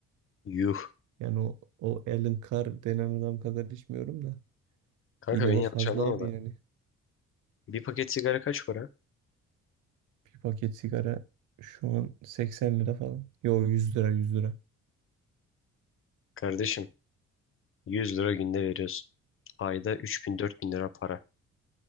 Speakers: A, on the left (about 45°); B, on the right (about 80°).
A: Yuh.
B: Yani o, o Alan Carr denen adam kadar içmiyorum da.
A: Kanka
B: Yine
A: beni
B: de fazla
A: yanlış anlama
B: abi
A: da.
B: yani.
A: Bir paket sigara kaç para?
B: Bir paket sigara şu an 80 lira falan. Yo 100 lira 100 lira.
A: Kardeşim 100 lira günde veriyorsun. Ayda 3000-4000 lira para.